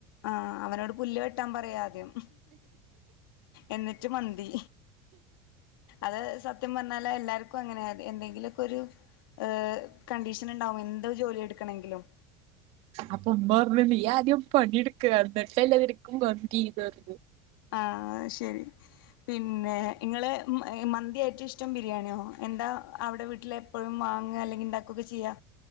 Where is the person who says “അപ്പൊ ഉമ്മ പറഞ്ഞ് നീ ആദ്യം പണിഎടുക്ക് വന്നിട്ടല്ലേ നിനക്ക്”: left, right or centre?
Right